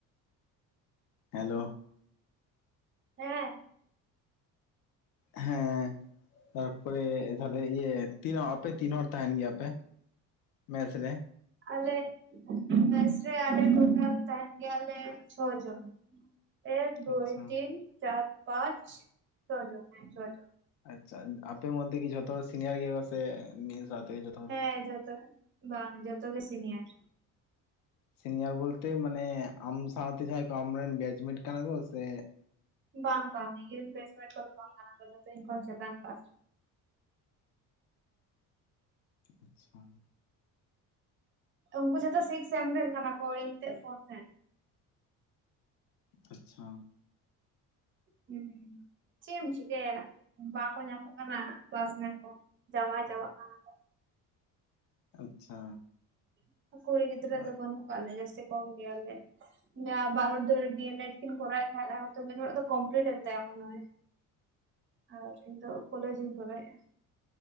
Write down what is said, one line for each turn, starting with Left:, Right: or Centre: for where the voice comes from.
Left: <inaudible> ᱦᱮᱞᱳ ᱾
Right: ᱦᱮ ᱾
Left: ᱦᱮᱸᱻ, ᱛᱟᱨᱯᱚᱨᱮ, ᱛᱟᱦᱚᱞᱮ ᱤᱭᱟᱹ, ᱛᱤᱱ, ᱟᱯᱮ ᱛᱤᱱ ᱦᱚᱲ? ᱛᱟᱦᱮᱱ ᱜᱮᱭᱟ ᱯᱮ ᱢᱮᱥ ᱨᱮ,
Right: ᱟᱞᱮ ᱢᱮᱥ‌ ᱨᱮ ᱟᱞᱮ ᱴᱳᱴᱟᱞ ᱛᱟᱦᱮᱱ ᱜᱮᱭᱟᱞᱮ ᱪᱷᱚ ᱡᱚᱱ᱾ ᱮᱠ ᱫᱩᱭ
Left: ᱟᱪᱪᱷᱟ
Right: ᱛᱤᱱ ᱪᱟᱨ ᱯᱟᱸᱪ ᱪᱷᱚ ᱡᱚᱱ ᱦᱮᱸ ᱪᱷᱚ ᱡᱚᱱ,
Left: ᱟᱪᱪᱷᱟ ᱟᱯᱮ ᱢᱚᱫᱽᱫᱮ ᱜᱮ ᱡᱚᱛᱚ ᱦᱚᱲ ᱥᱤᱱᱤᱭᱟᱨ ᱜᱮ ᱠᱚ ᱥᱮ ᱢᱤᱫ ᱥᱟᱶᱛᱮ ᱡᱷᱚᱛᱚ, ᱦᱚᱲ
Right: ᱦᱮ ᱡᱷᱚᱛᱚ ᱵᱟᱝ ᱡᱷᱚᱛᱚ ᱜᱮ ᱥᱤᱱᱤᱭᱟᱨ᱾
Left: ᱥᱤᱱᱤᱭᱟᱨ ᱵᱚᱞᱛᱮ ᱢᱟᱱᱮ ᱟᱢ ᱥᱟᱶᱛᱮ ᱡᱟᱦᱟᱸᱭ ᱠᱚ ᱟᱢ ᱨᱮᱱ ᱵᱮᱪᱢᱮᱴ ᱠᱟᱱᱟ ᱠᱚ ᱥᱮ,
Right: ᱵᱟᱝ ᱵᱟᱝ ᱤᱧ ᱨᱮᱱ ᱵᱮᱥᱢᱮᱴ ᱵᱟᱝ‌ ᱠᱟᱱᱟ‌ ᱠᱚ ᱡᱷᱚᱛᱚ ᱤᱧ ᱠᱷᱟᱱ ᱪᱮᱛᱟᱱ‌ ᱠᱞᱟᱥ᱾
Left: ᱟᱪᱪᱷᱟ,
Right: ᱩᱱᱠᱩ ᱡᱷᱚᱛᱚ ᱥᱤᱠᱥ ᱥᱮᱢ ᱨᱮᱢ ᱠᱟᱱᱟ ᱠᱚ ᱤᱧ ᱛᱮᱜ ᱯᱷᱳᱨ ᱥᱮᱢ᱾
Left: ᱟᱪᱪᱷᱟ᱾
Right: ᱦᱩᱸ, ᱪᱮᱫ ᱮᱢ ᱪᱤᱠᱟᱹᱭᱟ ᱵᱟᱠᱚ ᱧᱟᱢᱚᱜ ᱠᱟᱱᱟ ᱠᱮᱞᱟᱥᱢᱮᱴ ᱠᱚ ᱡᱟᱶᱟᱭ ᱪᱟᱵᱟᱜ ᱠᱟᱱᱟ‌,
Left: ᱟᱪᱪᱷᱟ
Right: ᱠᱚ ᱠᱩᱲᱤ ᱜᱤᱫᱽᱨᱟᱹ
Left: ᱦᱳᱭ
Right: ᱫᱚ ᱵᱟᱹᱱᱩᱜ ᱠᱟᱜᱞᱮᱭᱟ ᱡᱟᱹᱥᱛᱤ ᱠᱚᱢ ᱜᱮᱭᱟᱞᱮ᱾ ᱵᱟᱨ ᱦᱚᱲ ᱫᱚ ᱰᱤ ᱮᱞ ᱮᱰ ᱠᱤᱱ ᱠᱚᱨᱟᱣᱮᱫ ᱛᱟᱦᱮᱱᱟ ᱛᱚ ᱢᱤᱫ ᱦᱚᱲᱟᱜ ᱫᱚ ᱠᱚᱢᱯᱞᱤᱴ ᱮᱱ ᱛᱟᱭᱟ ᱢᱚᱱᱮ‌ ᱦᱚᱭ, ᱟᱨ ᱤᱧ ᱫᱚ ᱠᱚᱞᱮᱡᱽ ᱤᱧ ᱠᱚᱨᱟᱣᱮᱫᱼᱟ᱾